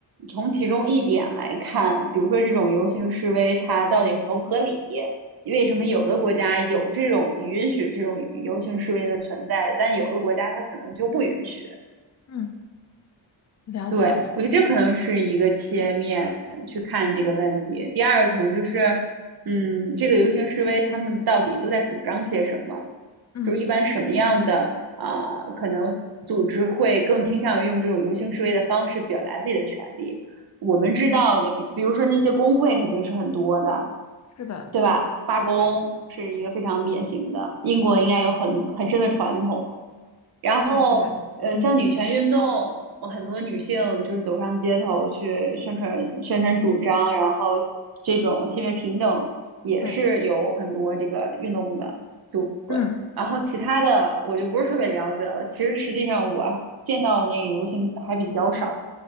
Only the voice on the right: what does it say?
从其中一点来看，比如说这种游行示威，它到底合不合理？为什么有的国家有这种允许这种游行示威的存在，但有的国家它可能就不允许。
对，我觉得这可能是一个切面去看这个问题。第二个可能就是，嗯，这个游行示威他们到底都在主张些什么？
就是一般什么样的啊、呃可能组织会更倾向于用这种游行示威的方式表达自己的权利。我们知道的，
比比如说那些工会肯定是很多的，
对吧？罢工是一个非常典型的，
英国应该有很很深的传统。然后，
呃，
像女权运动，我很多女性就是走上街头去宣传宣传主张，然后这种性别平等也是有很多这个运动的，
对。
然后其他的我就不是特别了解了。其实实际上我见到的那个游行还比较少，